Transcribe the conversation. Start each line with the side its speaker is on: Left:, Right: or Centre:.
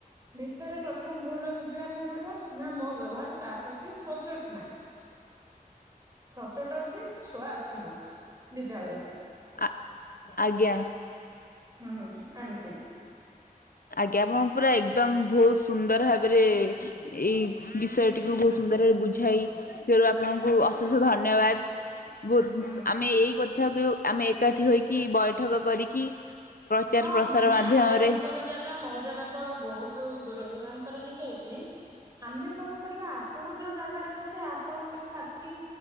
Right: ଭିତରେ ପ୍ରଥମେ ଭୁଲ୍ ଟା ଖୋଜିବା ପାଇଁ ପଡିବ, ନା ମୋ ବ୍ୟବହାର ତା ପ୍ରତି ସଚ୍ଚୋଟ ନାହିଁ। ସଚ୍ଚୋଟ ଅଛି, ଛୁଆ ଆସିବ ବିଦ୍ୟାଳୟକୁ।
Left: ଆଃ ଆଜ୍ଞା।
Right: ହୁଁ ଆନନ୍ତି।
Left: ଆଜ୍ଞା, ଆପଣ ପୁରା ଏକଦମ ବହୁତ ସୁନ୍ଦର ଭାବରେ ଏଇ ବିଷୟଟିକୁ ବହୁତ୍ ସୁନ୍ଦରଭାଵେ ବୁଝାଇ ଥିବରୁ ଆପଣଙ୍କୁ ଅଶେଷ ଧନ୍ୟବାଦ। ବହୁତ୍ ଜିନିଷ
Right: ହୁଁ।
Left: ଆମେ ଏଇ କଥାକୁ ଆମେ ଏକାଠି ହୋଇକି ବୈଠକ କରିକି ପ୍ରଚାର
Right: ହଁ
Left: ପ୍ରସାର
Right: ମାନେ
Left: ମାଧ୍ୟମରେ।
Right: ଆପଣଙ୍କର ଜାଗା ମୋ ଜାଗା ତ ବହୁତ୍ ଦୂର ଦୂରାନ୍ତର ହେଇଯାଉଚି। ଆମେ କଣ କରିବା ଆପଣ ଯୋଉ ଜାଗାରେ ଅଛନ୍ତି ଆପଣଙ୍କର ସାଥିୀ